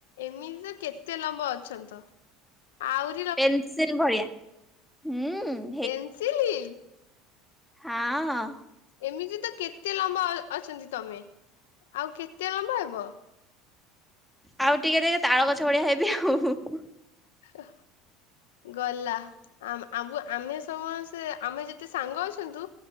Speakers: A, on the left; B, in the centre.
A: ଏମିତି ତ କେତେ ଲମ୍ବ ଅଛନ୍ତି ତ ଆଉ
B: ପେନସିଲ୍ ଭଳିଆ ହୁଁ।
A: ପେନସିଲ୍।
B: ହାଁ ହଁ।
A: ଏମିତି ତ କେତେ ଲମ୍ବା ଅ ଅଛନ୍ତି ତମେ ଆଉ କେତେ ଲମ୍ବା ହେବ?
B: ଆଉ ଟିକେ ଟିକେ ରେ ତାଳ ଗଛ ଭଳିଆ ହେବି ଆଉ ହୁଁ ହୁଁ।
A: ଆ। ଗଲା ଆମ ଆମ୍ବ ଆମେ ସମସ୍ତେ ଆମେ ଯେତେ ସାଙ୍ଗ ଅଛନ୍ତୁ